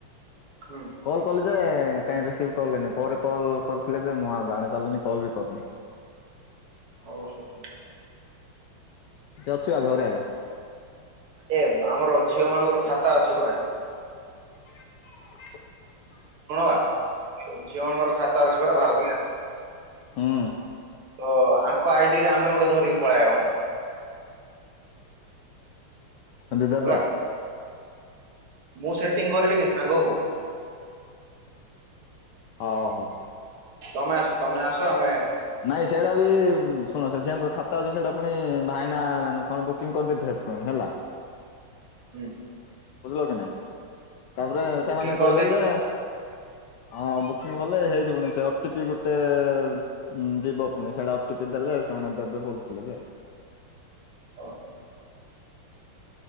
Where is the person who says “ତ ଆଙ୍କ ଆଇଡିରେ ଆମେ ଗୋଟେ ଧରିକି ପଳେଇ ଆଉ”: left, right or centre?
Right